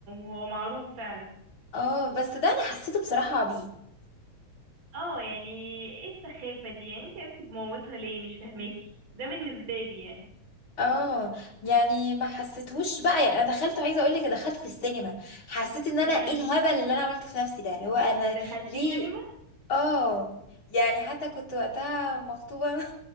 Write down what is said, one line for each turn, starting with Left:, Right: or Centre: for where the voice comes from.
Right: هو معروف فعلا
Left: اه بس ده انا حسيته بصراحه عبيط
Right: اه يعني ايه السخافة دي يعني انت عايزة بمامتها ليه مش فاهماكي ده بالنسبة لي يعني
Left: اه يعني ما حسيتهوش بقى يعني انا دخلت عايزه اقول لك دخلت في السينما حسيت ان انا
Right: امم
Left: ايه الهبل اللي انا عملته في نفسي ده اللي هو انا
Right: دخلتي
Left: ليه
Right: سينما
Left: اه يعني حتى كنت وقتها مخطوبه <laughs>